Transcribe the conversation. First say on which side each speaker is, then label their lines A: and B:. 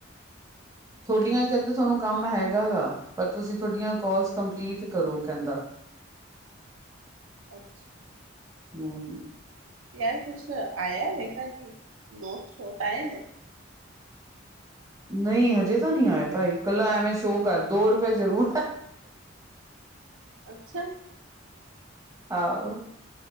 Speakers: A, on the right; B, on the right.
A: ਤੁਹਾਡੀਆਂ ਕਹਿੰਦੇ ਤੁਹਾਨੂੰ ਕੰਮ ਹੈਗਾ ਗਾ ਪਰ ਤੁਸੀਂ ਤੁਹਾਡੀਆਂ ਕੋਲਸ ਕੰਪਲੀਟ ਕਰੋ ਕਹਿੰਦਾ
B: ਅੱਛਾ
A: ਹਮ
B: ਯਾਰ ਕੁੱਛ ਆਇਆ ਵੇਖਾ ਕੀ ਨੋਟ ਛੋਟ ਆਏ ਨੇ
A: ਨਹੀਂ ਹਜੇ ਤਾਂ ਨਹੀਂੀ ਆਏ ਭਾਈ ਇਕੱਲਾ ਐਵੇਂ ਸ਼ੋਅ ਕਰ ਦੌੜ ਪਏ ਜ਼ਰੂਰ
B: ਅੱਛਾ
A: ਆਹੋ